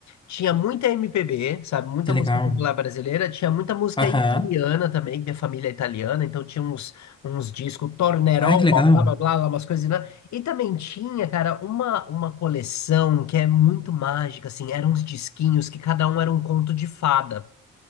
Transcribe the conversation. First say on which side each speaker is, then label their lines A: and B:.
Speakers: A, on the left; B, on the left.
A: tinha muita MPB, sabe? Muita
B: Que
A: música
B: legal.
A: popular brasileira, tinha muita música
B: Aham.
A: italiana também, que minha família é italiana, então tinha uns, uns discos, Tornerol,
B: Ai, que
A: blá
B: legal.
A: blá blá, blá, umas coisas, né? E também tinha, cara, uma, uma coleção que é muito mágica, assim, eram uns disquinhos que cada um era um conto de fada.